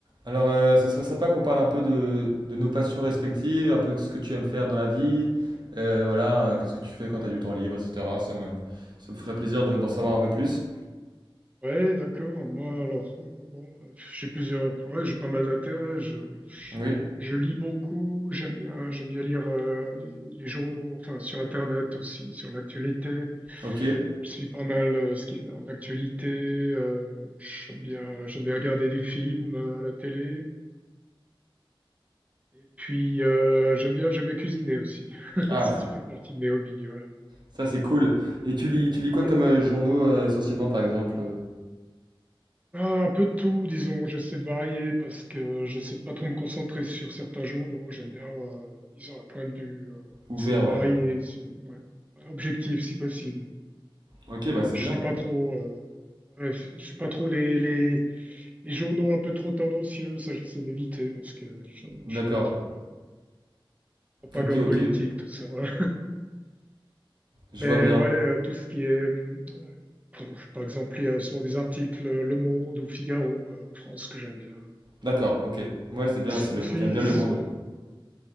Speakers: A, on the right; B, on the right.
A: Alors, euh, ce serait sympa qu'on parle un peu de, de nos passions respectives, un peu ce que tu aimes faire dans la vie, euh, voilà, euh, qu'est-ce que tu fais quand tu as du temps libre, etc. Ça me, ça me ferait plaisir de- d'en savoir un peu plus.
B: Ouais, d'accord. Moi, alors, euh, bon, euh, j'ai plusieurs, ouais, j'ai pas mal d'intérêts. Je, je,
A: Oui,
B: je lis beaucoup. J'aime bien, j'aime bien lire euh, les, les journaux, enfin, sur Internet aussi, sur l'actualité.
A: ok.
B: Je suis pas mal euh, ce qui est en actualité. euh, j'aime bien, j'aime bien regarder des films euh, à la télé. Et puis, euh, j'aime bien, j'aime bien cuisiner aussi. <laughs> Ça,
A: Ah,
B: ça
A: c'est-
B: fait partie de mes hobbies, voilà.
A: ça c'est cool. Et tu lis, tu lis quoi
B: Voilà.
A: comme euh, journaux euh, essentiellement, par exemple euh,
B: Ah, Un peu de tout, disons. J'essaie de varier parce que j'essaie de pas trop me concentrer sur certains journaux. J'aime bien avoir, euh, disons, un point de vue euh,
A: Ouvert,
B: assez varié,
A: ouais.
B: sur- ouais, ouais, objectif si possible.
A: Ok, bah c'est
B: Je
A: bien.
B: suis pas trop, euh, ouais, je suis pas trop les, les, les journaux un peu trop tendancieux. Ça, j'essaie d'éviter parce que je,
A: D'accord.
B: je suis pas trop euh, propagande
A: Ok, ok.
B: politique, tout ça. ouais.
A: Je
B: Mais
A: vois bien.
B: ouais, euh, tout ce qui est, hum, euh, bon, par exemple, il y a souvent des articles euh, Le Monde ou Figaro euh, en France que j'aime bien.
A: D'accord, ok. Ouais, c'est bien
B: En,
A: aussi,
B: en
A: le,
B: Suisse.
A: j'aime bien le monde.
B: euh,